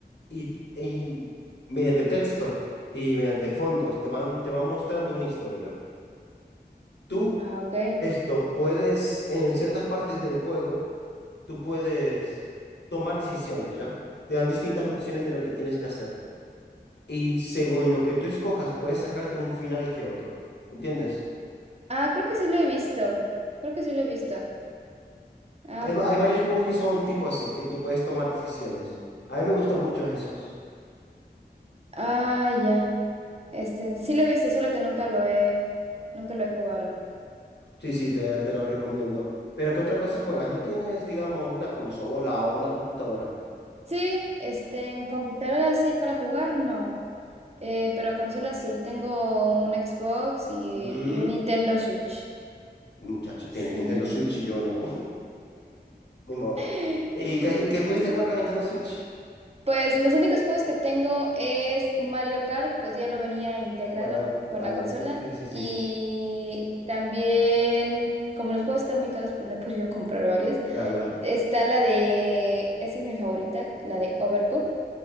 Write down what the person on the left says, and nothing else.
y, y mediante texto y mediante fondos te van, te van mostrando una historia. Tú,
esto, puedes, en ciertas partes del juego, tú puedes tomar decisiones, ¿ya? Te dan distintas opciones de lo que tienes que hacer. Y según lo que tú escojas, puedes sacarte un final que otro. ¿Entiendes?
Hay, va-
hay varios juegos que son tipo así, que tú puedes tomar decisiones. A mí me gustan mucho esos.
Sí, sí, te,
te los recomiendo. Pero ¿qué otra cosa juegas? ¿No tienes, digamos, una consola o una computadora?
Mm,
muchacho,
tienes Nintendo Switch y yo no. <laughs> Ni modo.
¿Y qué, y qué pudiste jugar con la Nintendo Switch?
Bueno, a ver,
dale.
Sí, sí, sí.
Ya, ya.